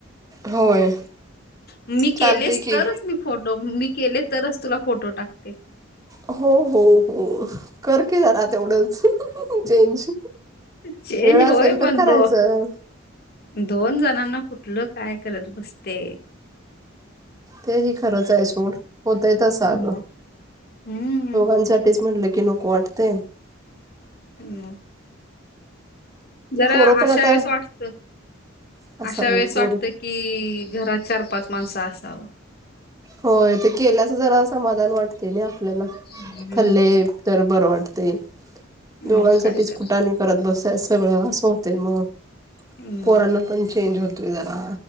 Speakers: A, on the right; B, on the left.
A: होय
B: मी केलेस
A: चालतय की
B: तर मी फोटो, मी केले, तरच तुला फोटो टाकते.
A: हो, हो, हो. कर की जारा तेवढच. चेंज.
B: चेंज
A: वेळ
B: होय
A: असेल तर
B: पण
A: करायचं.
B: दो दोन जणांना कुठलं, काय करत बसते?
A: ते ही, खरंचय सोड. होतय तस अगं.
B: हम्म हम्म.
A: दोघांसाठी तेच म्हणलं की, नको वाटतय.
B: हम्. जरा,
A: पोरं पण
B: अशा
A: आता
B: वेळेस वाटत.
A: असावेत
B: अशा वेळेस
A: पोर
B: वाटतंय कि, घरात चार - पाच माणसं असावं.
A: होय. ते केल्याच जरा, समाधान वाटते ना आपल्याला.
B: हम्म.
A: खाल्ले तर बरं वाटतय. दोघांसाठीच
B: मग काय तर
A: कुठाने करत बसाय सगळं. असं होते मग.
B: मग
A: पोरांना पण चेंज होतोय जरा.